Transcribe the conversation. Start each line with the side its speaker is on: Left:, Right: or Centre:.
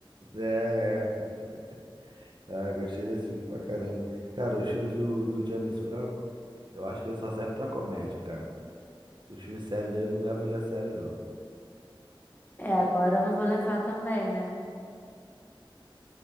Right: é, é. Ah, gostei desse filme pra caramba. Cara, os filmes do, do James Franco, eu acho que ele só serve pra comédia, cara. O filme sério dele eu não leva ele a sério, não.
Left: É, agora eu não vou levar também, né?